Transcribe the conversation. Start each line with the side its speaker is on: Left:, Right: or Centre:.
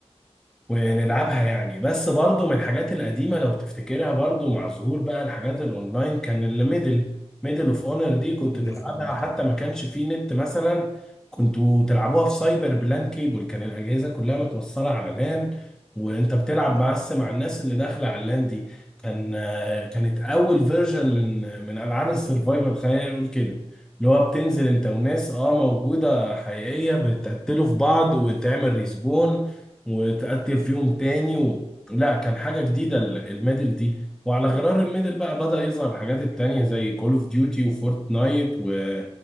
Centre: ونلعبها يعني بس برضو من الحاجات القديمة لو تفتكرها برضو مع ظهور بقى الحاجات الاونلاين كان الميدل ميدل اوف اونر دي كنت
Left: ميدل
Centre: تلعبها
Left: اوف اونر
Centre: حتى
Left: طبعا
Centre: ما كانش فيه نت مثلا كنتوا تلعبوها في سايبر بلان كيبل كان الأجهزة كلها متوصلة على لان وانت بتلعب بس مع الناس اللي داخلة على اللان دي كان آه، كانت أول فيرجن من من ألعاب السرفايفر خلينا نقول كده اللي هو بتنزل انت وناس اه موجودة حقيقية بتقتلوا في بعض وتعمل ريسبون وتقتل فيهم تاني و... لا كان حاجة جديدة ال- الميدل دي وعلى غرار الميدل بقى بدأ يظهر الحاجات التانية زي كول اوف ديوتي وفورتنايت و...